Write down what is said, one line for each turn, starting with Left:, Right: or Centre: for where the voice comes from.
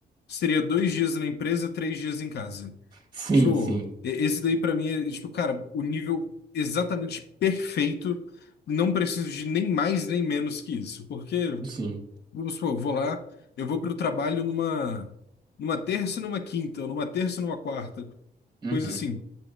Left: seria dois dias na empresa, três dias em casa.
Right: Sim,
Left: Tipo,
Right: sim,
Left: e- esse daí para mim é, tipo, cara, o nível exatamente perfeito. Não preciso de nem mais nem menos que isso. Porque,
Right: sim.
Left: vamos supor, eu vou lá, eu vou para o trabalho numa, numa terça e numa quinta, ou numa terça e numa quarta,
Right: Uhum.
Left: coisa assim.